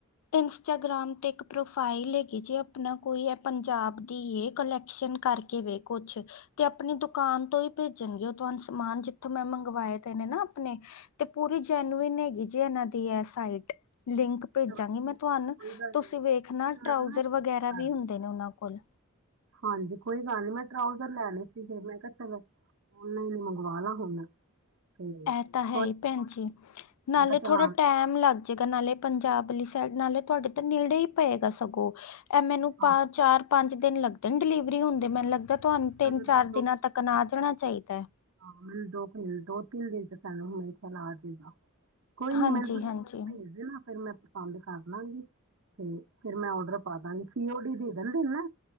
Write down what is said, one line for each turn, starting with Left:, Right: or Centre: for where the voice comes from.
Left: ਇੰਸਟਾਗ੍ਰਾਮ ਤੇ ਇੱਕ ਪ੍ਰੋਫਾਈਲ ਹੈਗੀ ਜੇ ਆਪਣਾ ਕੋਈ ਹੈ ਪੰਜਾਬ ਦੀ ਏ ਕਲੈਕਸ਼ਨ ਕਰਕੇ ਵੇ ਕੁਛ ਤੇ ਆਪਣੀ ਦੁਕਾਨ ਤੋਂ ਹੀ ਭੇਜਣਗੇ ਉਹ ਤੁਹਾਨੂੰ ਸਮਾਨ ਜਿੱਥੋਂ ਮੈਂ ਮੰਗਵਾਏ ਦੇ ਨੇ ਨਾ ਅਪਣੇ ਤੇ ਪੂਰੀ ਜੈਨੂਇਨ ਹੈਗੀ ਜੀ ਇਨਾਂ ਦੀ ਅ ਸਾਈਟ ਲਿੰਕ ਭੇਜਾਂਗੀ
Right: ਚਲੋ ਠੀਕ
Left: ਮੈਂ
Right: ਹੈ,
Left: ਤੁਹਾਨੂੰ,
Right: ਕੋਈ ਗੱਲ
Left: ਤੁਸੀਂ
Right: ਨਹੀਂ
Left: ਵੇਖਣਾ
Right: ਤੇ ਮੈਨੂੰ
Left: ਟਰਾਉਜ਼ਰ
Right: ਨਾ ਸ਼ੇਅਰ
Left: ਵਗੈਰਾ
Right: ਕਰ
Left: ਵੀ ਹੁੰਦੇ
Right: ਦਿਓ
Left: ਨੇ ਉਹਨਾਂ ਕੋਲ।
Right: ਹਾਂਜੀ, ਕੋਈ ਗੱਲ ਨਹੀਂ ਮੈਂ ਟਰਾਊਜ਼ਰ ਲੈਨੇ ਸੀ ਫਿਰ ਮੈਂ ਕਿਹਾ ਚਲੋ। ਔਨਲਾਈਨ ਹੀ ਮੰਗਵਾ ਲਾ ਹੁਣ। ਤੇ
Left: ਇਹ ਤਾਂ ਹੈ
Right: ਕੋਈ
Left: ਹੀ
Right: ਨੀ,
Left: ਭੈਣ ਜੀ, ਨਾਲੇ
Right: ਮੈਂ ਕਿਹਾ
Left: ਥੋੜ੍ਹਾ
Right: ਚਲ ਆ
Left: ਟੈਮ ਲੱਗ ਜੇਕਰ ਨਾਲੇ ਪੰਜਾਬ ਅਲੀ ਸਾਈਡ ਨਾਲੇ ਤੁਹਾਡੇ ਤੇ ਨੇੜੇ ਹੀ ਪਏਗਾ ਸਗੋਂ। ਇਹ ਮੈਨੂੰ
Right: ਹਾਂ,
Left: ਪਾਂ, ਚਾਰ ਪੰਜ ਦਿਨ ਲੱਗਦੇ ਡਿਲੀਵਰੀ ਹੁੰਦੇ ਮੈਨੂੰ ਲੱਗਦਾ ਤੁਹਾਨੂੰ
Right: ਭੈਣ ਜੀ,
Left: ਤਿੰਨ
Right: ਮੈਨੂੰ
Left: ਚਾਰ
Right: ਤਾਂ ਦੋ
Left: ਦਿਨਾਂ
Right: ਕੁ ਦਿਨ
Left: ਤੱਕ ਆ ਜਾਣਾ ਚਾਹੀਦਾ ਹੈ।
Right: ਹਾਂ ਦੋ ਤਿੰਨ ਦੋ ਤਿੰਨ ਦਿਨ ਹੀ ਸਾਨੂੰ ਹੋਏ ਨੇ ਸਾਨੂੰ ਆ ਜਾਏਗਾ। ਕੋਈ ਨੀ
Left: ਹਾਂਜੀ
Right: ਮੈਨੂੰ ਤੁਸੀਂ
Left: ਹਾਂਜੀ
Right: ਭੇਜ ਦੇਣਾ ਫਿਰ ਮੈਂ ਪਸੰਦ ਕਰ ਲਾਂਗੀ। ਤੇ ਫਿਰ ਮੈਂ ਓਡਰ ਪਾ ਦਾਂਗੀ ਸੀਓਡੀ ਦੇਦੇਣਗੇ ਨਾ?